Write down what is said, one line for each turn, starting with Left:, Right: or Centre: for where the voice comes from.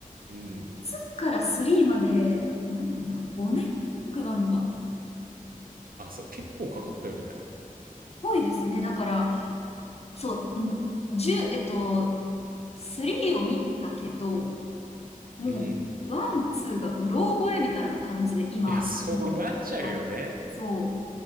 Right: うん。
Left: 2から3まで、これ何年だ ?5 年ブランクがあるのか。
Right: あ、そう、結構かかったよね。
Left: ぽいですね。だから、そう、もう、1えっと、3を見たけど、もう、
Right: うん。
Left: ワン、ツーがうろ覚えみたいな感じで、今、
Right: いや、そうなっちゃうよね。
Left: だそ